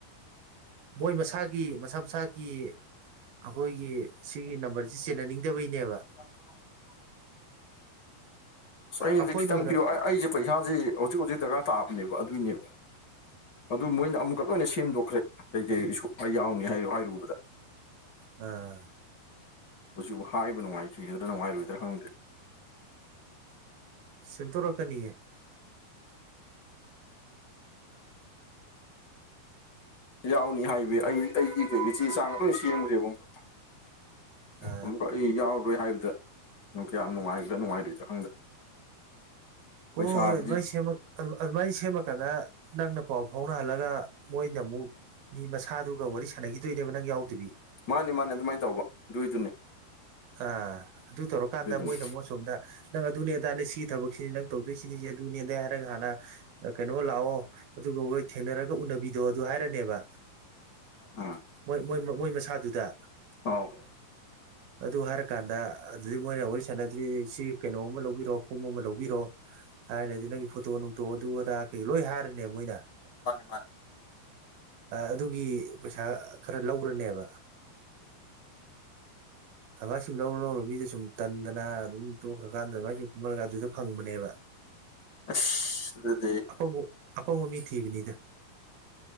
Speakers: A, on the right; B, on the left.
A: ꯃꯣꯏ ꯃꯁꯥꯒꯤ ꯃꯁꯥ ꯃꯁꯥꯒꯤ ꯑꯩꯈꯣꯏꯒꯤ ꯁꯤꯒꯤ ꯅꯝꯕꯔꯁꯤ ꯆꯦꯟꯅꯅꯤꯡꯗꯕꯩꯅꯦꯕ
B: <inaudible> ꯑꯁ ꯑꯩꯅꯗꯤ
A: ꯑꯩꯈꯣꯏꯅ
B: ꯈꯤꯇꯪ
A: ꯑꯣꯏꯅ
B: ꯄꯤꯌꯣ ꯑꯩꯁꯦ ꯄꯩꯁꯥꯁꯦ ꯍꯧꯖꯤꯛ ꯍꯧꯖꯤꯛ ꯗꯔꯀꯥꯔ ꯇꯥꯑꯕꯅꯦꯕ ꯑꯗꯨꯏꯅꯦꯕ ꯑꯗꯨ ꯃꯣꯏꯅ ꯑꯃꯨꯛꯀ ꯂꯣꯏꯅ ꯁꯦꯝꯗꯣꯛꯈ꯭ꯔꯦ ꯀꯩ ꯀꯩꯁꯨ ꯑꯩ ꯌꯥꯎꯅꯤ ꯍꯥꯏ ꯍꯥꯏꯔꯨꯕꯗ
A: ꯎꯝ
B: ꯍꯧꯖꯤꯛꯐꯥꯎ ꯍꯥꯏꯔꯤꯕꯕ ꯅꯨꯡꯉꯥꯏꯈꯤꯗꯅ ꯅꯨꯡꯉꯥꯏꯔꯣꯏꯗ꯭ꯔꯥ ꯈꯪꯗꯦ
A: ꯁꯦꯝꯗꯣꯔꯛꯀꯅꯤꯌꯦ
B: ꯌꯥꯎꯅꯤ ꯍꯥꯏꯕ ꯑꯩꯒꯤ ꯀꯩꯒꯤ ꯆꯦ ꯆꯥꯡ ꯂꯣꯏꯅ ꯁꯦꯝꯈ꯭ꯔꯦꯕ ꯑꯃꯨꯛ
A: ꯑ
B: ꯑꯃꯨꯛꯀ ꯑꯩ ꯌꯥꯎꯔꯔꯣꯏ ꯍꯥꯏꯕꯗ ꯀꯌꯥꯝ ꯅꯨꯡꯉꯥꯏꯈ꯭ꯔꯥ ꯅꯨꯡꯉꯥꯏꯗꯣꯏꯗ ꯈꯪꯗꯕ ꯄꯩꯁꯥꯕꯨꯗꯤ
A: ꯍꯣꯏ ꯍꯣꯏ ꯑꯗꯨ ꯃꯥꯏ ꯁꯦꯝꯃꯛ ꯑꯗꯨꯃꯥꯏꯅ ꯁꯦꯝꯃꯀꯥꯟꯗ ꯅꯪꯅ ꯄꯥꯎ ꯐꯥꯎꯅꯍꯜꯂꯒ ꯃꯣꯏꯅ ꯑꯃꯨꯛ ꯃꯤ ꯃꯁꯥꯗꯨꯒ ꯋꯥꯔꯤ ꯁꯥꯟꯅꯈꯤꯗꯣꯏꯅꯦꯕ ꯅꯪ ꯌꯥꯎꯗꯕꯤ
B: ꯃꯥꯅꯦ ꯃꯥꯅꯦ ꯑꯗꯨꯃꯥꯏꯅ ꯇꯧꯕ ꯑꯗꯨꯏꯗꯨꯅꯤ
A: ꯑ ꯑꯗꯨ ꯇꯧꯔꯀꯥꯟꯗ
B: ꯑꯗꯨꯏꯗꯨꯅꯦ
A: ꯃꯣꯏꯅ ꯑꯃꯨꯛ ꯑꯁꯣꯝꯗ ꯅꯪ ꯑꯗꯨꯅꯤ ꯑꯗꯥꯅꯦ ꯁꯤꯒꯤ ꯊꯕꯛꯁꯤꯅꯤ ꯅꯪ ꯇꯧꯗꯣꯏꯁꯤꯅꯤꯁꯦ ꯑꯗꯨꯅꯦꯅꯦ ꯍꯥꯏꯔꯒ ꯍꯥꯟꯅ ꯀꯩꯅꯣ ꯂꯥꯛꯑꯣ ꯑꯗꯨꯒ ꯑꯩꯈꯣꯏ ꯊꯦꯡꯅꯔꯒ ꯎꯅꯕꯤꯗꯣ ꯑꯗꯨ ꯍꯥꯏꯔꯅꯤꯕ
B: ꯎꯝ
A: ꯃꯣꯏ ꯃꯣꯏ ꯃꯁꯥꯗꯨꯗ
B: ꯑꯧ
A: ꯑꯗꯨ ꯍꯥꯏꯔꯀꯥꯟꯗ ꯑꯗꯨꯗꯤ ꯃꯣꯏꯅ ꯋꯥꯔꯤ ꯁꯥꯟꯅꯗꯗꯤ ꯁꯤ ꯀꯩꯅꯣ ꯑꯃ ꯂꯧꯕꯤꯔꯣ ꯐꯣꯝ ꯑꯃ ꯂꯧꯕꯤꯔꯣ ꯍꯥꯏꯔꯗꯤ ꯅꯪꯒꯤ ꯐꯣꯇꯣ ꯅꯨꯡꯇꯣ ꯑꯗꯨ ꯑꯗꯥ ꯀꯩꯀ ꯂꯣꯏ ꯍꯥꯏꯔꯅꯦꯕ ꯃꯣꯏꯅ
B: ꯃꯥꯅꯦ ꯃꯥꯅꯦ
A: ꯑꯗꯨꯒꯤ ꯄꯩꯁꯥ ꯈꯔ ꯂꯧꯔꯅꯤꯕ ꯑꯗꯨꯚꯥꯏ ꯁꯨꯝ ꯂꯧꯔꯨ ꯂꯧꯔꯨ ꯃꯤꯗꯨ ꯁꯨꯝ ꯇꯟꯗꯅ ꯑꯗꯨꯝ ꯇꯣꯛꯈ꯭ꯔꯀꯥꯟꯗ ꯑꯗꯨꯚꯥꯏ ꯁꯨꯝ ꯀꯨꯝꯍꯜꯂꯒ ꯑꯗꯨꯗ ꯐꯪꯕꯅꯦꯕ
B: ꯑꯁ ꯑꯗꯨꯗꯤ
A: ꯪ ꯑꯄꯪꯕ ꯃꯤ ꯊꯤꯕꯅꯤꯗ